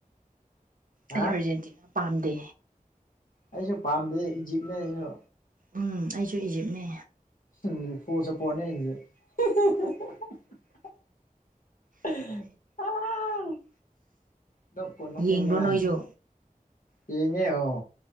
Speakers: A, on the left (about 65°); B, on the right (about 65°).
A: ꯍꯥ
B: ꯑꯩ ꯑꯔꯖꯦꯟꯇꯤꯅꯥ ꯄꯥꯝꯗꯦ
A: ꯑꯩꯖꯨ ꯄꯥꯝꯗꯦ ꯏꯖꯤꯞꯅꯦ ꯑꯩꯁꯨ
B: ꯎꯝ ꯑꯩꯁꯨ ꯏꯖꯤꯞꯅꯦ
A: ꯎꯝ ꯄꫭꯁꯨ ꯄꫭꯅꯤ ꯏꯖꯤꯞ <unintelligible> <unintelligible> ꯅꯣꯛꯄꯨ ꯅꯣꯛꯅꯤꯡꯉꯤꯗ
B: ꯌꯦꯡꯕ꯭ꯔꯣ ꯅꯣꯏꯁꯨ
A: ꯌꯦꯡꯉꯦ ꯑꯣ